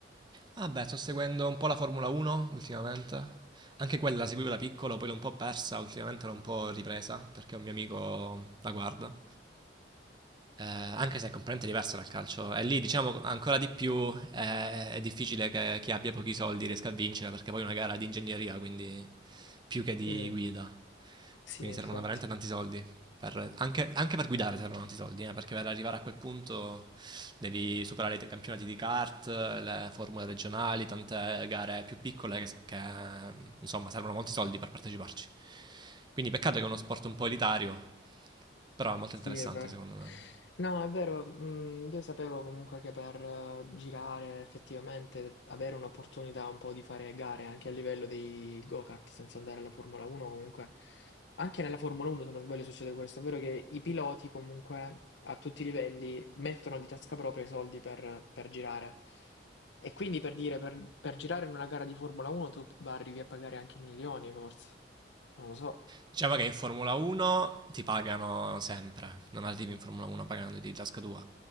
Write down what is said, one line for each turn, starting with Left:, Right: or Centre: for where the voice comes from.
Right: Ah beh, sto seguendo un po' la Formula 1 ultimamente. Anche quella la seguivo da piccolo, poi l'ho un po' persa, ultimamente l'ho un po' ripresa perché un mio amico la guarda. Eh, anche se è completamente diversa dal calcio. E lì, diciamo, ancora di più eh, è difficile che chi abbia pochi soldi riesca a vincere perché poi è una gara di ingegneria, quindi più che di
Left: Mm,
Right: guida.
Left: sì,
Right: Quindi
Left: infatti.
Right: servono veramente tanti soldi. per- anche, anche per guidare servono tanti soldi, eh, perché per arrivare a quel punto devi superare i te- campionati di kart, le formule regionali, tante gare più piccole che, che, insomma servono molti soldi per parteciparci. Quindi peccato che è uno sport un po' elitario, però è molto
Left: Sì,
Right: interessante
Left: è vero.
Right: secondo me.
Left: No, è vero, mm, io sapevo comunque che per eh, girare effettivamente, avere un'opportunità un po' di fare gare anche a livello dei go-kart senza andare alla Formula 1, comunque anche nella Formula 1 se non sbaglio succede questo, ovvero che i piloti comunque a tutti i livelli mettono di tasca propria i soldi per, per girare. E quindi per dire, per, per girare in una gara di Formula 1 tu va- arrivi a pagare anche milioni forse, non lo so.
Right: Diciamo che in Formula 1 ti pagano sempre, non arrivi in Formula 1 pagando di tasca tua.